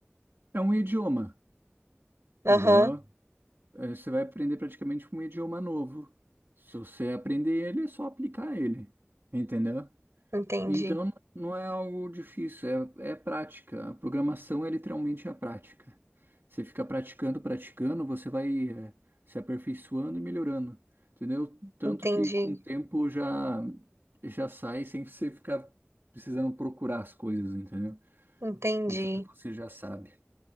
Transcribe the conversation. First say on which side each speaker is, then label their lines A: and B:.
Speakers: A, on the right; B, on the right.
A: é um idioma,
B: aham,
A: entendeu? eh, você vai aprender praticamente um idioma novo. Se você aprender ele, é só aplicar ele, entendeu?
B: entendi,
A: Então não é algo difícil, é, é prática. A programação é literalmente a prática. Você fica praticando, praticando, você vai, eh, se aperfeiçoando e melhorando, entendeu? Tanto
B: entendi,
A: que com o tempo já já sai sem você ficar precisando procurar as coisas, entendeu?
B: entendi.
A: De tanto que você já sabe.